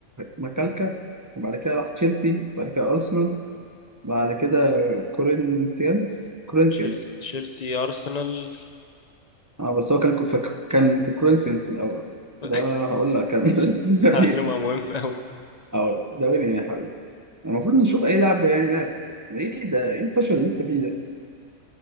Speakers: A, on the right (about 20°); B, on the left (about 35°).
A: لمكالكا وبعد كده راح تشيلسي وبعد كده ارسنال بعد كده كورinthians كورinthians
B: تشيل- تشيلسي ارسنال
A: اه بس هو كان في كان في كورنثيانس الاول
B: <laughs>
A: ده هقول لك كان <laughs> ده
B: معلومة
A: مين
B: مهمة أوي
A: اقول ده مين يعني يا حبيبي المفروض نشوف اي لعب يعني لعب ايه ده ايه الفشل اللي انت فيه ده